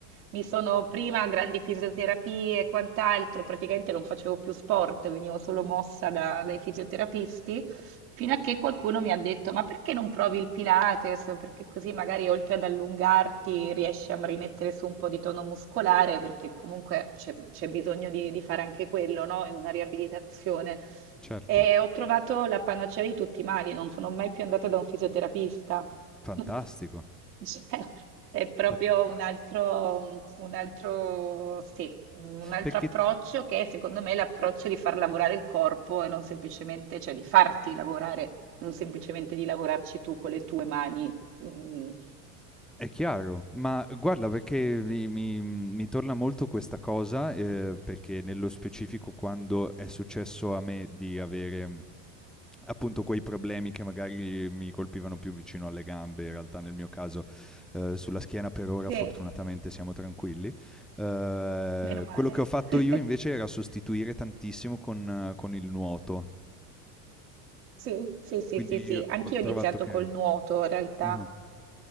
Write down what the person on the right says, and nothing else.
mi sono prima a grandi fisioterapie e quant'altro, praticamente non facevo più sport, venivo solo mossa da- dai fisioterapisti. Fino a che qualcuno mi ha detto: Ma perché non provi il Pilates? Perché così magari oltre ad allungarti riesci a rimettere su un po' di tono muscolare, perché comunque c'è c'è bisogno di, di fare anche quello, no? In una riabilitazione.
E ho trovato la panacea di tutti i mali, non sono mai più andata da un fisioterapista.
<laughs> <laughs> È proprio
un altro, mhmm, un altro sì, un altro
approccio che è, secondo me, l'approccio di far lavorare il corpo e non semplicemente cioè di farti lavorare, non semplicemente di lavorarci tu con le tue mani. Mh-mh.
Sì,
meno male.
<laughs>
Sì, sì, sì,
sì, sì.
Anch'io ho
iniziato
col nuoto in realtà.